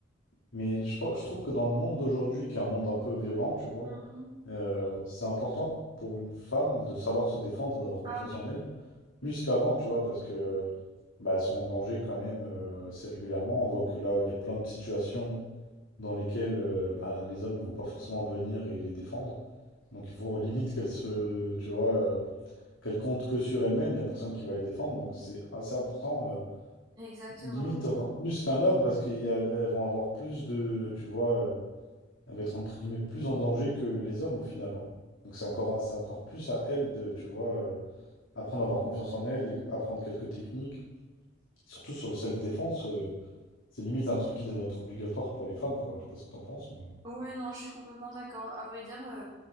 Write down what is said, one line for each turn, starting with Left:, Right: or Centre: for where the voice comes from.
Left: mais je, pense- je trouve que dans le monde d'aujourd'hui, qui est un monde un peu violent, tu vois,
Right: Mhm.
Left: euh, c'est important pour une femme de savoir se défendre, d'avoir confiance
Right: Ah oui,
Left: en elle, plus qu'avant, tu vois, parce que euh, bah, elles sont en danger quand même euh, assez régulièrement. On voit que là, il y a plein de situations dans lesquelles euh, bah, les hommes, ils vont pas forcément venir et les défendre. Donc il faut limite qu'elles se, tu vois, euh, qu'elles comptent que sur elles-mêmes. Il y a personne qui va les défendre, donc c'est assez important. euh,
Right: exactement.
Left: limite encore plus qu'un homme, parce qu'elles vont avoir plus de, tu vois. euh, elle va être entre guillemets plus en danger que les hommes au final. hein. Donc c'est encore, c'est encore plus à elle de, tu vois, euh, apprendre à avoir confiance en elle, et apprendre quelques techniques. Surtout sur le self-défense, euh, c'est limite un truc qui devrait être obligatoire pour les femmes, quoi. Je sais pas ce que t'en penses, mais
Right: Ouais, non, je suis complètement d'accord. À vrai dire, euh,